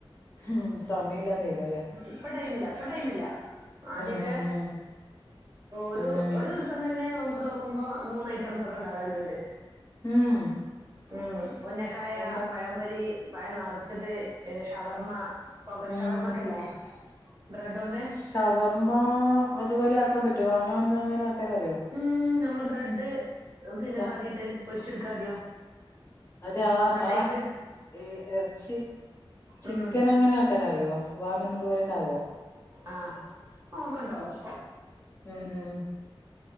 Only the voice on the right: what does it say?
ഇപ്പൊ ടൈമില്ല ഇപ്പൊ ടൈമില്ല ആദ്യൊക്കെ
ഒരു
ഒരു ദി സന്നെ നോമ്പ് തോർക്കുമ്പോ മൂന്ന് ഐറ്റംസ് ഒക്കെ ഉണ്ടാക്കലുണ്ട്.
ഉം ഉന്നക്കായ
പഴംപൊരി പഴം നിറച്ചത് ഏഹ് ഷവർമ്മ.
ഷവർമാക്കല്ലേ ബ്രെഡോണ്ട്.
ഉം നമ്മള് ബ്രെഡ് പിന്നെ
ഇതാക്കിട്ട് പൊരിച്ചെടുക്കാ ആദ്യം.
എന്നിട്ട്
അയിക്ക്
ഉം
ആഹ് നോക്കണ്ടാവും.